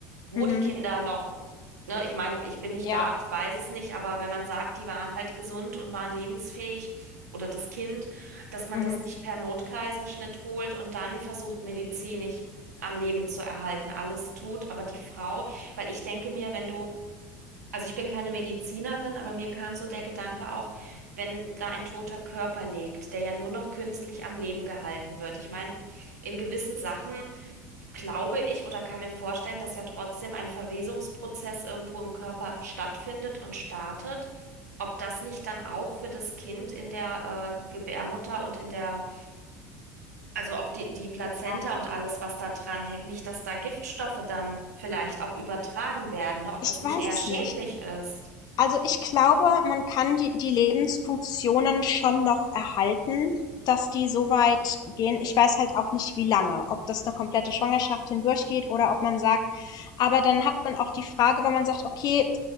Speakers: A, on the right; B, on the left.
A: wo
B: Mhm.
A: die Kinder noch, ne, ich meine, ich bin nicht
B: Ja.
A: da, ich weiß es nicht, aber wenn man sagt, die waren halt gesund und waren lebensfähig oder das Kind, dass man
B: Mhm.
A: das nicht per Notkaiserschnitt holt und dann versucht, medizinisch am Leben zu erhalten, alles tut, aber die Frau, weil ich denke mir, wenn du also ich bin keine Medizinerin, aber mir kam so der Gedanke auf, wenn da ein toter Körper liegt, der ja nur noch künstlich am Leben gehalten wird. Ich meine, in gewissen Sachen glaube ich oder kann mir vorstellen, dass ja trotzdem ein Verwesungsprozess irgendwo im Körper stattfindet und startet. Ob das nicht dann auch für das Kind in der äh, Gebärmutter und in der, also auch die, die Plazenta
B: ja.
A: und alles, was da dran hängt, nicht, dass da Giftstoffe dann vielleicht auch übertragen werden, ne? Ob
B: Ich
A: das nicht
B: weiß
A: eher
B: es
A: schädlich
B: nicht.
A: ist.
B: Also, ich glaube, man kann die die Lebensfunktionen schon noch erhalten, dass die so weit gehen. Ich weiß halt auch nicht, wie lange, ob das eine komplette Schwangerschaft hindurchgeht oder ob man sagt aber dann hat man auch die Frage, wenn man sagt: „Okay,